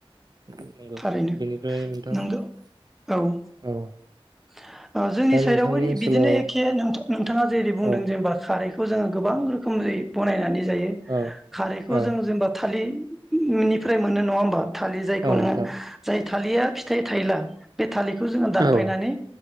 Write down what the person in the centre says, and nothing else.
थारैनो
नंगौ
औ
<inaudible> ओ जोंनि
साइडआवबो
बिदिनो एखे नों नोंथांङा जेरै बुंदों
जेनेबा खारैख खौ जोंङो गोबां रोखोमै बनायनानै जायो
खारैखौ
जों जेनेबा थालि निफ्राय मोनो नङा होमबा। थालिर जायखौ
नोंङो जाय थालिया फिथाइ थायला बे थालिरखौ जोंङो दानफायनानै